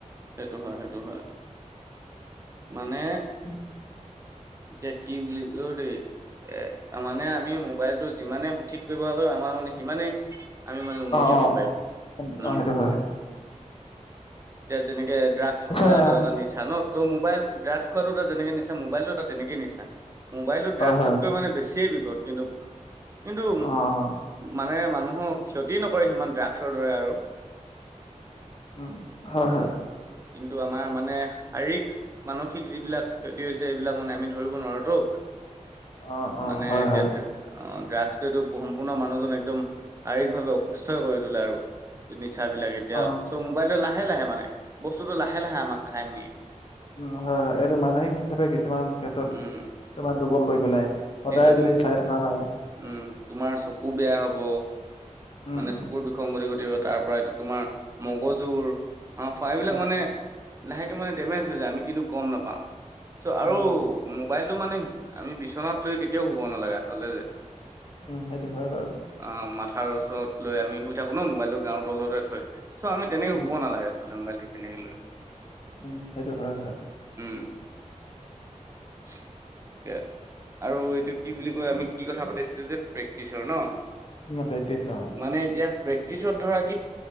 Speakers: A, on the right (about 25°); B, on the left (about 45°).
A: সেইটো হয় সেইটো হয়। মানে
B: উমহ।
A: এতিয়া কি বুলি ও দেই এ মানে আমি মোবাইলটো যিমানেই সঠিক ব্যৱহাৰ কয়িম আমাৰ মানে সিমানেই আমি মানে উন্নতি
B: অ অ
A: হ'ব পাইম উম।
B: অ সেইটো হয়
A: এতিয়া যেনেকে ড্ৰাগছ
B: নিশ্চয়
A: খোৱা এটা এটা নিচা। নিছা ন তো মোবাইল ড্ৰাগছ খোৱাটো এটা যেনেকে নিচা, মোবাইলটো এটা তেনেকে নিচা। মোবাইলটো
B: হয়
A: ড্ৰাগছতকৈ
B: হয়
A: মানে বেছিয়ে বিপদ। কিন্তু-কিন্তু
B: অ অ
A: মানে মানুহক ক্ষতি নকৰে সিমান ড্ৰাগছৰ দৰে আৰু।
B: উম, হয়
A: অ
B: হয়,
A: কিন্তু আমাৰ মানে, শাৰীৰিক মানসিক যিবিলাক ক্ষতি হৈছে সেইবিলাক মানে আমি ধৰিব নোৱাৰোতো।
B: অ', অ',
A: মানে
B: হয়,
A: এতিয়া
B: হয়।
A: <unintelligible> আহ ড্ৰাগছটোৱেটো সম্পূৰ্ণ মানুহজন একদম, শাৰীৰিকভাৱে অসুস্থই কৰি তোলে আৰু। নিচাবিলাক এতিয়া
B: অ
A: চো' মোবাইলো লাহে লাহে মানে। বস্তুটো লাহে লাহে আমা <unintelligible>
B: উম, হয় হয়, এইটো মানসিক হিচাপে কিছুমান, ক্ষেত্ৰত।
A: উম
B: তোমাৰ দুৰ্বল কৰি পেলাই,
A: সেইটোতো
B: সদায় যদি চাই থকা হয়।
A: উম, তোমাৰ চকু বেয়া হ'ব।
B: উম,
A: মানে
B: উম,
A: চকুৰ বিসংগতি ঘটিব তাৰ পৰা এইটো তোমাৰ, মগজুৰ। অ', <unintelligible> বিলাক
B: উম,
A: মানে, লাহেকে মানে ডেমেজ হৈ যায় আমি কিন্তু গম নাপাওঁ। চ'
B: উম,
A: আৰু,
B: উম,
A: মোবাইলটো মানে আমি বিচনাত লৈ কেতিয়াও শুব নালাগে আচলতে
B: উম, সেইটো হয় বাৰু।
A: আহ, মাথাৰ ওচৰত লৈ আমি শুই থাকো ন' মোবাইলটো গাৰুৰ তলতে থৈ। চ' আমি তেনেকে
B: উম,
A: শুব নালাগে আচলতে মোবাইলটো তেনেকে লৈ।
B: উম, সেইটো হয় হয়।
A: উম, <unintelligible> আৰু এইটো কি বুলি কয় আমি কি কথা পাতিছিলো যে, প্ৰেক্টিচৰ ন'?
B: উম, প্ৰেকটিছৰ।
A: মানে এতিয়া প্ৰেক্টিচত ধৰা কি